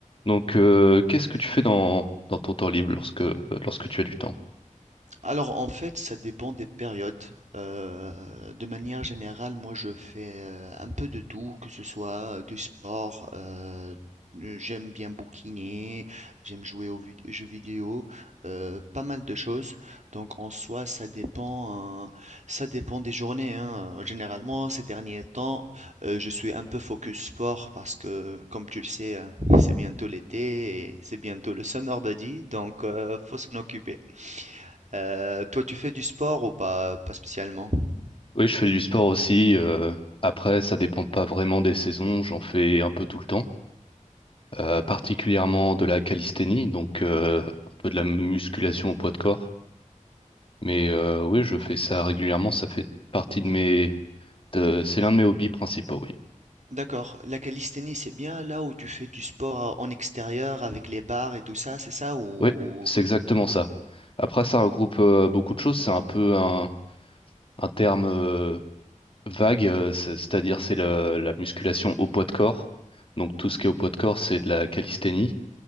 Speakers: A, on the left; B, on the right.
A: Donc, euh, qu'est-ce que tu fais dans, dans ton temps libre lorsque, euh, lorsque tu as du temps?
B: Alors en fait, ça dépend des périodes. Euh, de manière générale, moi je fais euh, un peu de tout, que ce soit euh, du sport, euh, euh, j'aime bien bouquiner, j'aime jouer aux vid- jeux vidéo, euh, pas mal de choses. Donc en soi, ça dépend, euh, ça dépend des journées, hein. Généralement, ces derniers temps, euh, je suis un peu focus sport parce que, comme tu le sais, hein, c'est bientôt l'été et c'est bientôt le summer body, donc euh, faut s'en occuper. Euh, toi, tu fais du sport ou pas, pas spécialement?
A: Oui, je fais du sport aussi. euh, après, ça dépend pas vraiment des saisons. J'en fais un peu tout le temps. euh, particulièrement de la calisthénie, donc euh, un peu de la musculation au poids de corps. Mais euh, oui, je fais ça régulièrement, ça fait partie de mes... de- C'est l'un de mes hobbies principaux, oui.
B: D'accord. La calisthénie, c'est bien là où tu fais du sport en extérieur avec les barres et tout ça, c'est ça? Ou
A: Oui, c'est exactement ça. Après, ça regroupe euh, beaucoup de choses, c'est un peu un, un terme euh, vague, euh, c'est- c'est-à-dire c'est le- la musculation au poids de corps. Donc tout ce qui est au poids de corps, c'est de la calisthénie.